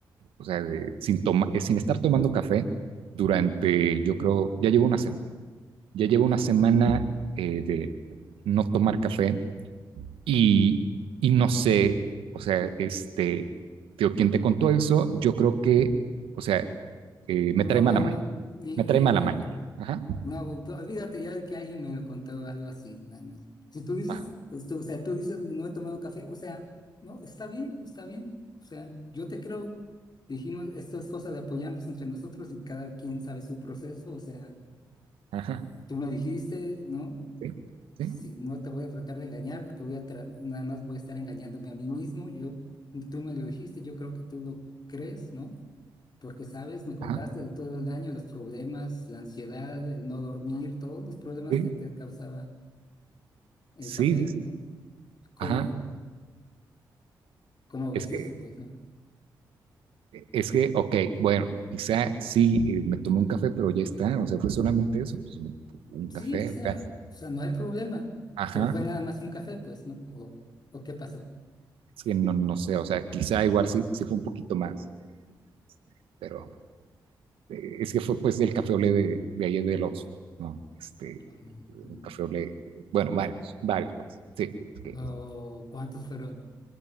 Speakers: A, on the right; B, on the left.
A: o sea, de- sin, toma, eh, sin estar tomando café durante, yo creo, ya llevo una semana, ya llevo
B: No,
A: una semana eh, de no tomar café Y, y no sé, o sea, este, tío, ¿quién te contó eso? Yo creo que, o sea, eh, me
B: no,
A: trae mala
B: vean,
A: maña,
B: no, ni,
A: me
B: ni,
A: trae mala
B: ni,
A: maña. Ajá,
B: no, olvídate ya de que alguien me lo contó algo así. nada más. Si tú dices,
A: ajá,
B: pues, tú- o sea, tú dices, no he tomado café, o sea, no, está bien, está bien. O sea, yo te creo. Dijimos, esto es cosa de apoyarnos entre nosotros y cada quien sabe su proceso, o sea.
A: ajá,
B: Tú me dijiste, ¿no?
A: sí, sí,
B: Si no te voy a tratar de engañar porque voy a tra- nada más voy a estar engañándome a mí mismo. Yo, tú me lo dijiste, yo creo que tú lo crees, ¿no? Porque, sabes, me contaste
A: ajá,
B: de todo el daño, los problemas, la ansiedad, el no dormir, todos los problemas
A: sí,
B: que te causaba el
A: sí,
B: café,
A: sí, sí,
B: ¿no? ¿Cómo,
A: ajá.
B: cómo ves
A: Es que,
B: eso, pues, ¿no?
A: es que, ok, bueno, quizá sí, eh, me tomé un café, pero ya está, o sea, fue solamente eso, pues, un, un
B: Sí,
A: café,
B: o sea,
A: o sea,
B: o sea, no hay problema,
A: ajá,
B: pero fue nada más un café, pues, ¿no? ¿O, o qué pasó?
A: es que no, no sé, o sea, quizá igual sí, sí fue un poquito más, este, pero eh, es que fue pues del café olé de, de ayer del Oxxo, ¿no? Este,
B: Mm,
A: un
B: mm.
A: café olé, bueno, varios, varios pues, sí, que,
B: ¿O cuántos fueron?